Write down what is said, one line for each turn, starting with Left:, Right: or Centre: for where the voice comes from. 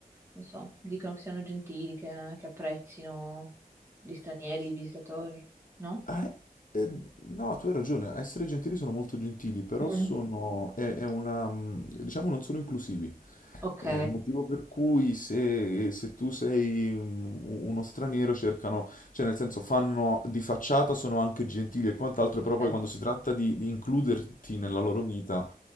Right: non so, dicono che siano gentili, che, che apprezzino gli stranieri, i visitatori, no?
Left: Ah, Eh, eh, no, tu hai ragione, a essere gentili sono molto gentili, però
Right: Mm.
Left: sono, è, è una, mm, diciamo, non sono inclusivi.
Right: Ok.
Left: È il motivo per cui se, se tu sei mm, uno straniero cercano, cioè nel senso fanno di facciata, sono anche gentili e quant'altro, però poi
Right: Eh.
Left: quando si tratta di, di includerti nella loro vita,